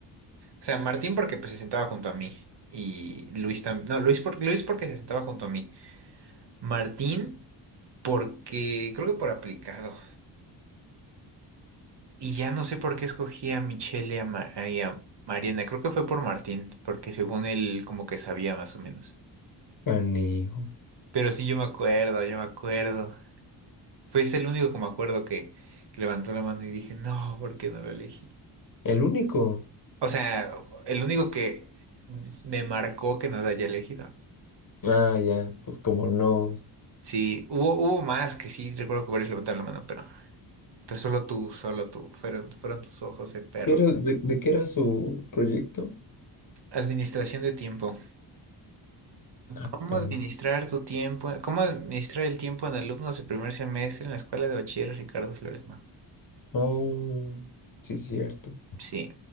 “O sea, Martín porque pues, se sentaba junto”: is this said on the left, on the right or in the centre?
Right